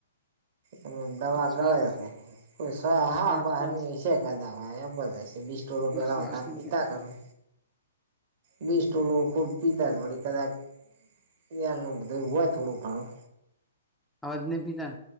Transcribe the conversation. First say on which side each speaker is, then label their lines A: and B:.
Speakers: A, on the right; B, in the centre.
A: એ દવા
B: શ્વાસ
A: ગળાય હા કો સા હા
B: શ્વાસ
A: બહારની
B: શ્વાસ
A: હશે. <unintelligible> હા એ બધસે બીસટોલો પેલા
B: શ્વાસની
A: વધારે પીતા
B: છે
A: હતો ને. બીસ્ટોલો ખુબ પીતાત વડી કદાક પીવાનુ કે બધુ હોય થોડું ઘણું.
B: હવે તો નઈ પીતા?